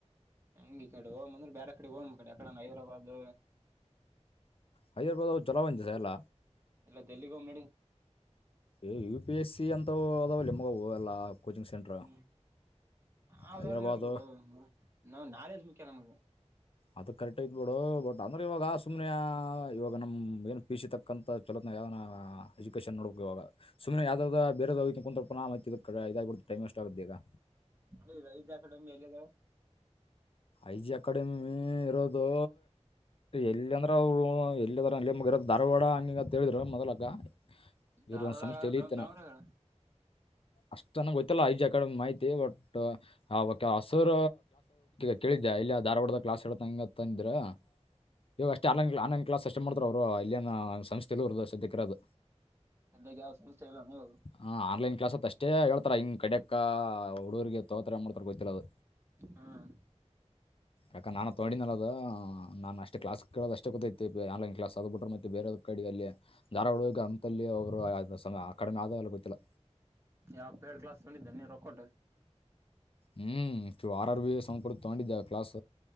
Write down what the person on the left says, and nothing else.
ಹಐ್ಯಾರಪ ತಗೋಮಂದಿರ ಎಲ್ಲ
ಏ ಯು ಪಿ ಎಸ್ ಸಿ ಅಂತವು ಅದಾವ ನಿಮಗ ಎಲ್ಲ ಕೋಚಿಂಗ್ ಸೆಂಟ್ರ್
ಹೈದರಾಬಾದ್
ಅದು ಕರೆಕ್ಟ್ ಐತಿ ಬಿಡ ಅಂದ್ರೆ ಇವಾಗ ಸುಮ್ನೆ ಇವಾಗ ನಮ್ ಏನ್ ಪಿ ಯು ಸಿ ತಕ್ಕಂತ ಚಲೋನ ಯಾವ ಎಜುಕೇಶನ್ ನೋಡಬೇಕುವಾಗ ಸುಮ್ನೆ ಯಾವ್ದಾವ್ದ ಬೇದ ಕು ಮತ್ತ ಇದ ಇದಾಗಿಬಡ್ೆ ಟೈಮ್ ವೇಸ್ಟ್ ಆಗುತ್ತೆ ಈಗ
ಐ ಜಿ ಅಕಾಡೆಮಿ ಇರೋದು ಎಲ್ಲೆಂದ್ರ ಅವ್ರು ಎಲ್ಲಾರ ಅಲ್ಲಿ ಮುಗಿರೋ ಧಾರವಾಡ ಹಂಗಿನಿಂಗ ತಿಳಿದ್ರ ಮೊದಲ ದ ಇವರು
ಒಂದಸ ತಲತನ
ಅಷ್ಟನ ಆಯಿತಲ್ಲ ಇ ಜಿ ಕಡೆ ಮಾಹಿತಿ ಒಟ್ ಹ ಕೆ ಅಸುರ ಕೇಳಿದ್ದ ಇಲ್ಲ ಧಾರವಾಡದ ಕ್ಲಾಸ್ ಹೇಳತಂಗ ತಂದರು ಇವ ಅಷ್ಟೇ ಆನ್ೈನ್ ಆನ್ಲೈನ್ ಕ್ಲಾಸ್ ಅಷ್ಟೇ ಮಾಡ್ತಾರ ಅವ್ರು ಇಲ್ಲಿನ ಸಂಸ್ಥೆ ತಿಲದು ಸ್ಯಕ್ಕರೋದು
ಹ ಆನ್ಲೈನ್ ಕ್ಲಾಸ್ ಅಷ್ಟೇ ಹೇಳ್ತಾರ ಹಿಂಗ ಕಡ್ಯಕ್ಕ ಹುಡರ್ಗೆ ತೋತ್ರೆ ಮಾಡಡ್ತಾರೆ ಗೊತ್ತಲವು
ಅಕ್ಕ ನಾನು ತೋಡ ನಲ ನಾನನ್ ಅಷ್ಟ ಕ್ಲಸ್ ಕೇಳೋ ಅಷ್ಟ ಗೊತ್ತೈತಿ ಆನ್ಲೈನ್ ಕ್ಲಾಸ್ ಆದ್ಬ ಬಿಟೆ ಮತ್ತೆ ಬೇರೆ ಅದ ಕಡೆ ಅಲ್ಲಿ ಧಾರವಾಡಗೆ ಅಂತಲ್ಲಿೋಗರು ಆ ಕಡಿಮೆ ಆದ ಎಲ್ಲ ಗೊ್ತ್ತಲ್ಲ
ಹ್ಮ್ಿವ್ ಆರ್ ಆರ್ ಬಿ ಸಂಪಡ್ ತಗೊಂಡಿದ್ದೆ ಕ್ಲಾಸ್